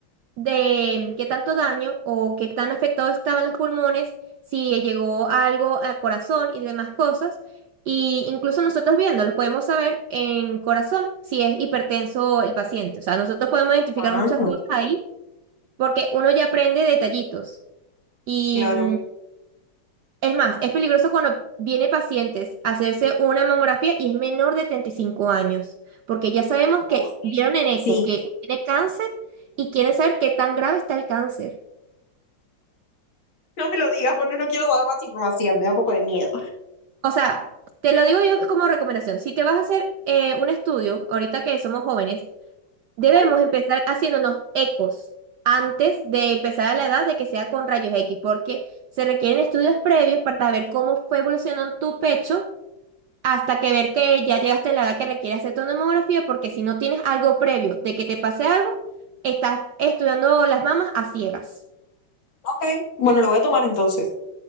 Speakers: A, on the right; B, on the left.
A: de qué tanto daño o qué tan afectado estaban los pulmones, si llegó algo al corazón y demás cosas. Y incluso nosotros viéndolos podemos saber en corazón si es hipertenso el paciente. O sea, nosotros podemos identificar
B: Ah,
A: muchas cosas ahí porque uno ya aprende detallitos. Y
B: claro.
A: mm, es más, es peligroso cuando viene pacientes a hacerse una mamografía y es menor de 35 años, porque ya sabemos
B: Uf,
A: que vieron en eco
B: sí.
A: que tiene cáncer y quieren saber qué tan grave está el cáncer.
B: No me lo digas, bueno, no quiero dar más información, me da un poco de miedo.
A: O sea, te lo digo yo como recomendación. Si te vas a hacer eh, un estudio, ahorita que somos jóvenes, debemos
B: Ujú,
A: empezar haciéndonos ecos antes de empezar a la edad de que sea con rayos X, porque se requieren estudios previos para ver cómo fue evolucionando tu pecho hasta que ver que ya llegaste a la edad que requiere hacer tu mamografía, porque si no tienes algo previo de que te pase algo, estás estudiando las mamas a ciegas.
B: Ok, bueno, lo voy a tomar entonces.